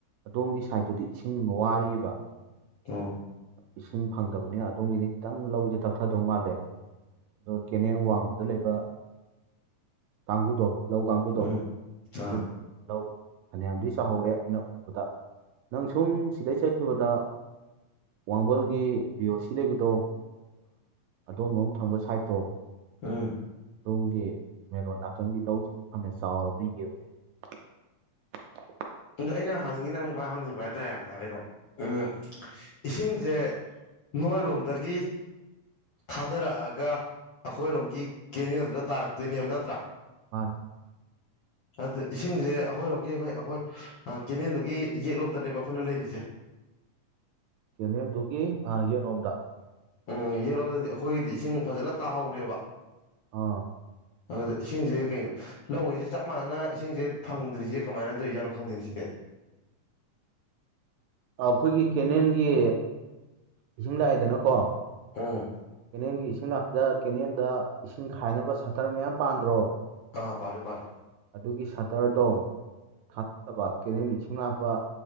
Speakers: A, on the right; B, on the left.
A: ꯑꯗꯣꯝꯒꯤ ꯁꯥꯏꯠꯇꯨꯗꯤ ꯏꯁꯤꯡ ꯋꯥꯔꯤꯕ
B: ꯑꯣ
A: ꯏꯁꯤꯡ ꯐꯪꯗꯕꯅꯤꯅ ꯑꯗꯣꯝꯒꯤꯗꯤ ꯈꯤꯇꯪ ꯂꯧꯁꯦ ꯇꯞꯊꯗꯧ ꯃꯥꯜꯂꯦ ꯑꯗꯨꯒ ꯀꯦꯅꯦꯜ ꯋꯥꯡꯃꯗ ꯂꯩꯕ ꯀꯥꯡꯕꯨꯗꯣ ꯂꯧ ꯀꯥꯡꯕꯨꯗꯣ
B: ꯎꯝ ꯑꯥ
A: ꯑꯗꯨ ꯂꯧ ꯐꯅꯌꯥꯝꯗꯤ ꯆꯥꯍꯧꯔꯦ ꯑꯩꯅ ꯎꯕꯗ ꯅꯪ ꯁꯨꯝ ꯁꯤꯗꯩ ꯆꯠꯈꯤꯕꯗ ꯋꯥꯡꯕꯜꯒꯤ ꯕꯤꯌꯣ ꯁꯤ ꯂꯩꯕꯗꯣ ꯑꯗꯣꯝ ꯑꯝ ꯊꯪꯕ ꯁꯥꯏꯠꯇꯣ
B: ꯑꯥ
A: ꯇꯣꯝꯒꯤ ꯃꯦꯔꯣ ꯅꯥꯀꯟꯒꯤ ꯂꯧꯁꯤꯡꯗꯣ ꯐꯅ ꯆꯥꯎꯔꯕꯅ ꯌꯦꯡꯅꯤ <unintelligible>
B: ꯑꯗꯣ ꯑꯩꯅ ꯍꯪꯅꯤꯡꯉꯤꯅ ꯁꯨꯃꯥꯏꯅ ꯍꯪꯅꯤꯡꯕ ꯍꯥꯏꯇꯥꯔꯦ ꯀꯩꯅꯣ ꯎꯝ ꯏꯁꯤꯡꯁꯦ ꯅꯣꯏꯔꯣꯝꯗꯒꯤ ꯊꯥꯗꯔꯛꯑꯒ ꯑꯩꯈꯣꯏꯔꯣꯝꯒꯤ ꯀꯦꯅꯦꯜꯗꯨꯗ ꯇꯥꯔꯛꯇꯣꯏꯅꯦꯕ ꯅꯠꯇ꯭ꯔꯥ
A: ꯑ
B: ꯑꯗꯨꯗ ꯏꯁꯤꯡꯁꯦ ꯑꯩꯈꯣꯏꯔꯣꯝꯒꯤ ꯍꯣꯏ ꯑꯩꯈꯣꯏ ꯀꯦꯅꯦꯜꯗꯨꯒꯤ ꯌꯦꯠꯂꯣꯝꯇꯅꯦꯕ ꯑꯩꯈꯣꯏꯅ ꯂꯩꯔꯤꯁꯦ
A: ꯀꯦꯅꯦꯜꯗꯨꯒꯤ ꯌꯦꯠꯔꯣꯝꯗ
B: ꯎꯝ ꯌꯦꯡꯂꯣꯝꯗꯗꯤ ꯑꯩꯈꯣꯏꯒꯤꯗꯤ ꯏꯁꯤꯡ ꯐꯖꯅ ꯇꯥꯍꯧꯔꯦꯕ
A: ꯑꯥ
B: ꯑꯗꯨꯗ ꯏꯁꯤꯡꯁꯦ ꯀꯩꯅꯣ ꯂꯧꯉꯩꯁꯦ ꯆꯞ ꯃꯥꯟꯅꯅ ꯏꯁꯤꯡꯁꯦ ꯐꯪꯗ꯭ꯔꯤꯁꯦ ꯀꯃꯥꯏꯅ ꯇꯧꯔꯤꯖꯠꯔꯣ ꯈꯪꯁꯤꯒꯦ
A: ꯑꯩꯈꯣꯏꯒꯤ ꯀꯦꯅꯦꯜꯒꯤ ꯏꯁꯤꯡ ꯂꯥꯛꯏꯗꯅꯀꯣ
B: ꯑꯝ
A: ꯀꯦꯅꯦꯜꯒꯤ ꯏꯁꯤꯡ ꯂꯥꯛꯄꯗ ꯀꯦꯅꯦꯜꯗ ꯏꯁꯤꯡ ꯈꯥꯏꯅꯕ ꯁꯥꯇꯔ ꯃꯌꯥꯝ ꯄꯥꯟꯗ꯭ꯔꯣ
B: ꯑꯥ ꯄꯥꯔꯦ ꯄꯥꯔꯦ
A: ꯑꯗꯨꯒꯤ ꯁꯇꯔꯗꯣ ꯊꯥꯕ ꯀꯦꯅꯦꯜ ꯏꯁꯤꯡ ꯍꯥꯞꯄ